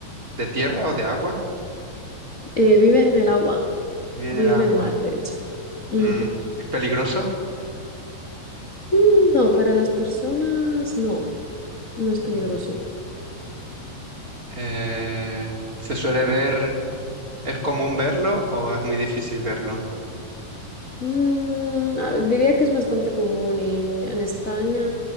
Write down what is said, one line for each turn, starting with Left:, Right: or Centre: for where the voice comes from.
Right: de tierra o de agua?
Left: Eh, vive en el agua,
Right: Viene
Left: vive
Right: el agua.
Left: en el mar, de hecho. Ujú.
Right: Mm, ¿Es peligroso?
Left: Mm, No, para las personas no, no es peligroso.
Right: Mm, eh, ¿se suele ver? ¿Es común verlo o es muy difícil verlo?
Left: Mm, a ver, diría que es bastante común y en España,